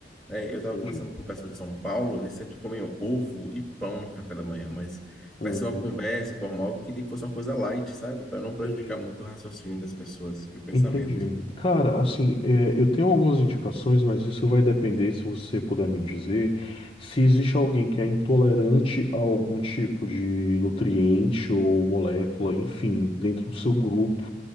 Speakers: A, in the centre; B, on the left.
A: É, eu estava
B: Entendi.
A: conversando com o pessoal de São Paulo, eles sempre comem ovo e pão no café da manhã, mas
B: Uhum.
A: vai ser uma conversa informal que queria que fosse uma coisa light, sabe? Para não prejudicar
B: Entendi.
A: muito o raciocínio das pessoas e o pensamento.
B: Entendi. Cara, assim, é, eu tenho algumas indicações, mas isso vai depender, se você puder me dizer, se existe alguém que é intolerante a algum tipo de nutriente ou molécula, enfim, dentro do seu grupo.